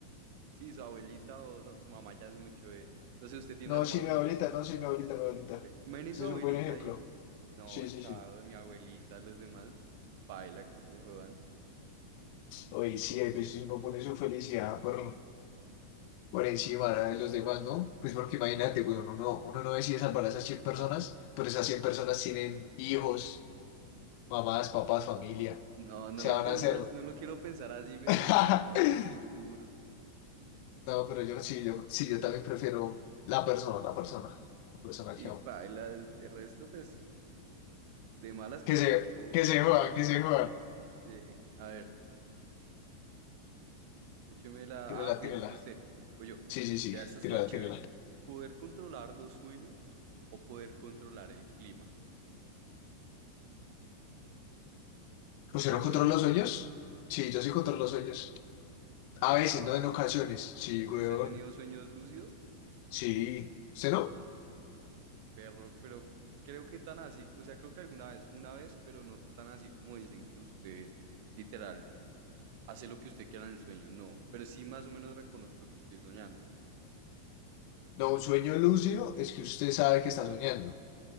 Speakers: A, on the right; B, on the left.
A: sí, su abuelita o no, su mamá ya es mucho, eh. No sé, ¿usted tiene
B: No,
A: hermanos?
B: sí, mi abuelita, no, sí, mi abuelita, mi abuelita.
A: Eh, imagínese
B: Ese
A: su abuelita
B: es un buen ejemplo.
A: ahí. No,
B: Sí,
A: chao,
B: sí, sí.
A: mi abuelita, los demás, paila que se jodan.
B: oye sí, hay veces uno pone su felicidad por, por encima de los demás, ¿no? Pues porque imagínate, güey, uno no, uno no decide salvar a esas 100 personas,
A: Ah,
B: pero esas 100 personas tienen hijos, mamás, papás, familia
A: no, no
B: se
A: lo
B: van
A: pienso,
B: a hacer
A: as- no lo quiero pensar así, pero
B: <laughs>
A: sí, obvio que es duro.
B: No, pero yo sí, yo sí, yo también prefiero la persona, la persona, la persona
A: Sí,
B: que amo.
A: paila, de resto, pues, de malas que
B: Que
A: les
B: se,
A: tocó.
B: que se jodan, que se jodan.
A: Sí, a ver. Écheme la.
B: Tírala,
A: Ah, fui,
B: tírala.
A: yo- fue usted. Voy yo.
B: Sí, sí, sí,
A: Vea, esta está
B: tírala,
A: chévere.
B: tírala.
A: ¿Poder controlar los sueños o poder controlar el clima? ¿Usted
B: ¿Usted no
A: alguna
B: controla
A: vez,
B: los sueños? Sí, yo sí controlo los sueños.
A: qué
B: A
A: va?
B: veces,
A: us-
B: no en ocasiones. Sí,
A: si
B: weón.
A: ¿Usted ha tenido sueños lúcidos?
B: Sí. ¿Usted no?
A: Perro, pero creo que tan así, o sea, creo que alguna vez, una vez, pero no tan así como dicen que usted literal hace lo que usted quiera en el sueño. No, pero sí más o menos reconozco que estoy soñando.
B: No, un sueño lúcido es que usted sabe que está soñando.